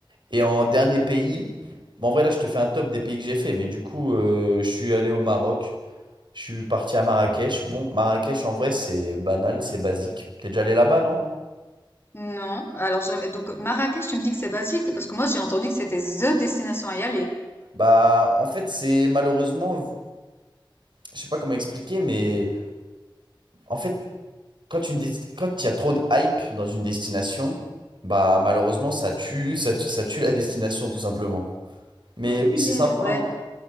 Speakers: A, on the right; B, on the left.
A: Et en dernier pays, bon, en vrai, là, je te fais un top des pays que j'ai fait. Mais du coup, euh, je suis allé au Maroc, je suis parti à Marrakech. Bon, Marrakech, en vrai, c'est banal, c'est basique. T'es déjà allé là-bas, non?
B: Non. Alors, jamais. Donc, Marrakech, tu me dis que c'est basique, parce que moi, j'ai entendu que c'était the destination à y aller.
A: Bah, en fait, c'est malheureusement, je sais pas comment expliquer, mais. En fait, Quand une desti- quand il y a trop de hype dans une destination, bah malheureusement ça tue, ça tue, ça tue la destination tout simplement. Mais
B: ok,
A: oui, c'est sympa. hein.
B: ouais,